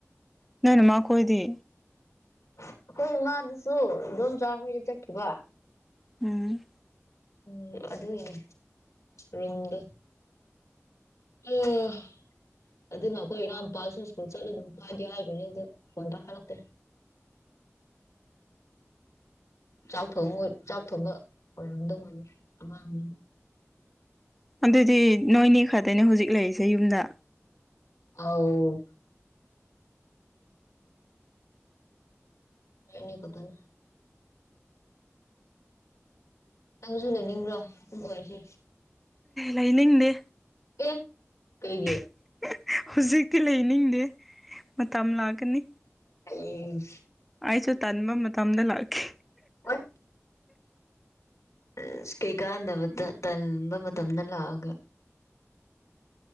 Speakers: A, in the centre; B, on the left.
A: ꯅꯣꯏꯅꯃꯥ ꯀꯣꯏꯗꯤ
B: ꯑꯩꯈꯣꯏ ꯏꯃꯥꯗꯨꯁꯨ ꯏꯗꯣꯝꯆꯥ ꯍꯣꯏꯗ ꯆꯠꯈꯤꯕ
A: ꯎꯝ
B: ꯎꯝ ꯑꯗꯨꯅꯦ ꯔꯤꯝꯗ <unintelligible> ꯑꯗꯨꯅ ꯑꯩꯈꯣꯏ ꯏꯅꯥꯎ ꯅꯨꯄꯥꯁꯨ ꯁ꯭ꯀꯨꯜ ꯆꯠꯂꯨꯗ ꯍꯥꯏꯗꯤ ꯍꯥꯏꯕꯅꯤ ꯑꯗꯨ ꯐꯣꯟ ꯇꯥꯈꯠꯂꯛꯇꯦ ꯆꯥꯛ ꯊꯣꯡ ꯆꯥꯛ ꯊꯣꯡꯕ ꯑꯣꯏꯔꯝꯗ ꯑꯉꯥꯡ
A: ꯑꯗꯨꯗꯤ ꯅꯣꯏꯅꯤ ꯈꯛꯇꯅꯦ ꯍꯧꯖꯤꯛ ꯂꯩꯔꯤꯁꯦ ꯌꯨꯝꯗ
B: ꯑꯥꯎ ꯑꯅꯤ ꯀ ꯑꯗꯨꯅ ꯅꯪꯁꯨ ꯂꯩꯅꯤꯡꯕ꯭ꯔꯣ ꯑꯗꯨ ꯑꯣꯏꯁꯤ
A: ꯂꯩꯅꯤꯡꯗꯦ
B: ꯑꯦ ꯀꯩꯒꯤ
A: ꯍꯍ ꯍꯨꯖꯤꯛꯇꯤ ꯂꯩꯅꯤꯡꯗꯦ ꯃꯇꯝ ꯂꯥꯛꯀꯅꯤ
B: ꯍꯌꯦꯡ
A: ꯑꯩꯁꯨ ꯇꯟꯕ ꯃꯇꯝꯗ ꯂꯥꯛꯈꯦ
B: ꯑꯥꯏ ꯑꯁ ꯀꯩꯀꯥꯟꯗꯕꯗ ꯇꯟꯕ ꯃꯇꯝꯗ ꯂꯥꯛꯑꯒ